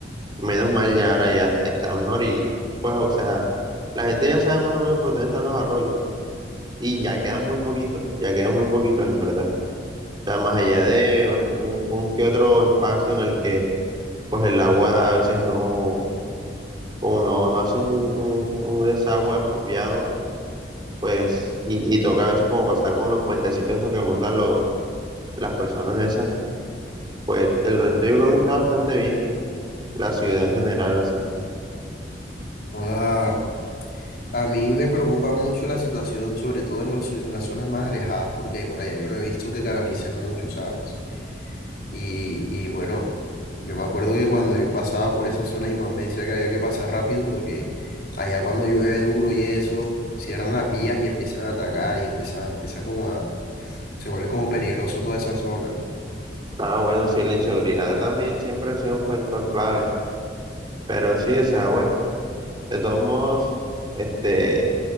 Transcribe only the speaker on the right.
menos mal ya ahora ya, ya está mejor y pues, o sea, la gente ya sabe más o menos por dónde están los arroyos y ya quedan muy poquitos, ya quedan muy poquitos en verdad. O sea, más allá de un, un que otro espacio en el que pues el agua a veces no, como no, no hace un, un un desagüe apropiado pues, y, y toca a veces como pasar con los puentecitos esos que montan los, las personas esas, pues del resto yo creo que está bastante bien, la ciudad en general así.
Ah, bueno, sí, la inseguridad también siempre ha sido un factor clave, pero sí, o sea, bueno, de todos modos, este,